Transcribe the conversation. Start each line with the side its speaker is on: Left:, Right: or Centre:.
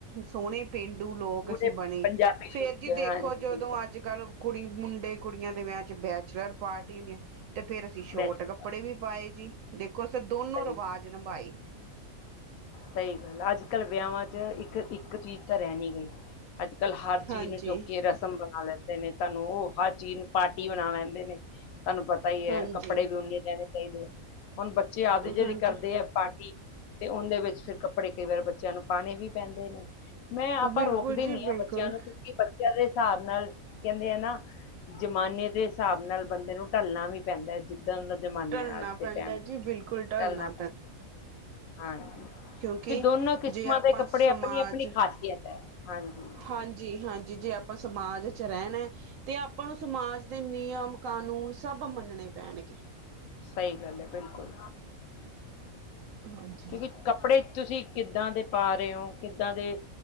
Right: ਸੋਹਣੇ ਪੇਂਡੂ ਲੋਕ
Left: ਪੂਰੇ
Right: ਅਸੀਂ ਬਣੇ।
Left: ਪੰਜਾਬੀ
Right: ਫੇਰ
Left: ਲੁੱਕ
Right: ਜੀ ਦੇਖੋ
Left: ਹਾਂਜੀ
Right: ਜਦੋਂ
Left: ਬਿਲਕੁਲ
Right: ਅੱਜ ਅੱਜ- ਕੱਲ ਕੁੜੀ ਮੁੰਡੇ ਕੁੜੀਆਂ ਦੇ ਵਿਆਹ 'ਚ ਬੈਚਲਰ ਪਾਰਟੀ ਨੇ, ਤੇ ਫੇਰ ਅਸੀਂ ਸ਼ਛੋਟ
Left: ਬੈਸਟ
Right: ਕੱਪੜੇ ਵੀ ਪਾਏ ਜੀ, ਦੇਖੋ ਅਸੀਂ ਦੋਨੋ
Left: ਸਹੀ
Right: ਰਿਵਾਜ਼ ਨਿਭਾਏ
Left: ਸਹੀ ਗੱਲ, ਅੱਜ- ਕੱਲ੍ਹ ਵਿਆਹਾਂ 'ਚ ਇੱਕ, ਇੱਕ ਚੀਜ਼ ਤਾਂ ਰਹਿ ਨੀ ਗਈ ਅੱਜ ਕੱਲ੍ਹ ਹਰ
Right: ਹਾਂਜੀ,
Left: ਚੀਜ਼ ਨੂੰ ਚੁੱਕ ਕੇ ਰਸਮ ਬਣਾ ਲੈਂਦੇ ਨੇ ਤੁਹਾਨੂੰ ਉਹ, ਹਰ ਚੀਜ਼ ਨੂੰ ਪਾਰਟੀ ਬਣਾ ਲੈਂਦੇ ਨੇ, ਤੁਹਾਨੂੰ ਪਤਾ ਹੀ ਹੈ
Right: ਹਾਂਜੀ,
Left: ਕੱਪੜੇ ਵੀ ਓਹਨੇ ਲੈਣੇ ਚਾਹੀਦੇ ਹੁਣ ਬੱਚੇ ਆਪਦਿ ਜਿਦ
Right: ਹਾਂਜੀ।
Left: ਵੀ ਕਰਦੇ ਹੈ। ਪਾਰਟੀ, ਤੇ ਉਹਦੇ ਵਿੱਚ ਫਿਰ ਕੱਪੜੇ ਕਈ ਵਾਰ ਬੱਚਿਆਂ ਨੂੰ ਪਾਉਣੇ ਵੀ ਪੈਂਦੇ ਨੇ, ਮੈਂ ਆਪਾਂ
Right: ਬਿਲਕੁਲ
Left: ਰੋਕਦੇ
Right: ਜੀ
Left: ਨੀ
Right: ਬਿਲਕੁਲ
Left: ਹਾਂ ਬੱਚਿਆਂ ਨੂੰ ਕਿਉਂਕਿ ਬੱਚਿਆਂ ਦੇ ਹਿਸਾਬ ਨਾਲ, ਕਹਿੰਦੇ ਆ ਨਾ ਜ਼ਮਾਨੇ ਦੇ ਹਿਸਾਬ ਨਾਲ ਬੰਦੇ ਨੂੰ ਢਲਣਾ ਵੀ ਪੈਂਦਾ, ਜਿੱਦਾਂ ਦਾ ਜਮਾਨਾ
Right: ਢਲਣਾ
Left: ਹੈ, ਅੱਜ ਦੇ
Right: ਪੈਂਦਾ
Left: ਟਾਈਮ
Right: ਜੀ ਬਿਲਕੁਲ ਢਲਣਾ
Left: ਚੱਲਣਾ ਪੈਂਦਾ ਹਾਂਜੀ
Right: ਕਿਉਂਕਿ,
Left: ਕਿ ਦੋਨੋਂ ਕਿਸਮਾਂ
Right: ਜੇ ਆਪਾਂ
Left: ਦੇ ਕੱਪੜੇ
Right: ਸਮਾਜ
Left: ਆਪਣੀ ਆਪਣੀ ਖ਼ਾਸੀਅਤ ਹੈ ਹਾਂਜੀ
Right: ਹਾਂਜੀ-ਹਾਂਜੀ, ਜੇ ਆਪਾਂ ਸਮਾਜ 'ਚ ਰਹਿਣਾ ਏ ਤੇ, ਆਪਾਂ ਨੂੰ ਸਮਾਜ ਦੇ ਨਿਯਮ ਕਾਨੂੰਨ ਸਭ ਮੰਨਣੇ ਪੈਣਗੇ।
Left: ਸਹੀ ਗੱਲ ਏ ਬਿਲਕੁਲ।
Right: ਹਾਂਜੀ।
Left: ਕਿਉਂਕਿ ਕੱਪੜੇ ਤੁਸੀਂ ਕਿੱਦਾਂ ਦੇ ਪਾ ਰ‌ਏ ਓ ਕਿੱਦਾਂ ਦੇ